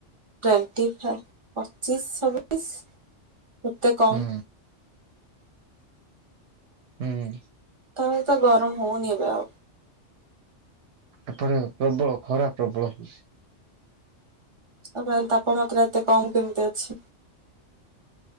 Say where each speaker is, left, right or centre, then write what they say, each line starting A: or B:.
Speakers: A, on the right; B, on the right.
A: ଟ୍ୱେଣ୍ଟି ଫାଇଭ ପଚିଶ ଛବିଶ ଏତେ କମ୍।
B: ହୁଁ ହୁଁ।
A: ତାହେଲେ ଗରମ ହଉନି ଏବେ ଆଉ।
B: ଏପଟ ପ୍ରବଳ ଖରା ପ୍ରବଳ ହଉଛି।
A: ଆପ ତାପମାତ୍ରା ଏତେ କମ କେମିତି ଅଛି।